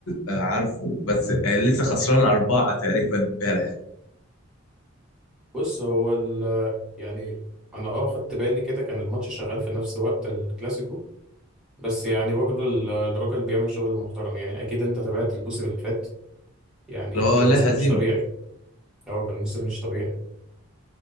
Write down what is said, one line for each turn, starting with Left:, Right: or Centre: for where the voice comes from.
Left: آه، عارفه بس آه، لسه خسران اربعه تقريبا امبارح
Centre: بص هو ال- يعني انا اه خدت بالي كده كان الماتش شغال في نفس وقت الكلاسيكو بس يعني برضه ال- الراجل بيعمل شغل محترم يعني اكيد انت تابعت الموسم اللي فات يعني
Left: لا
Centre: كان موسم
Left: لا هزيمه
Centre: مش طبيعي هو كان موسم مش طبيعي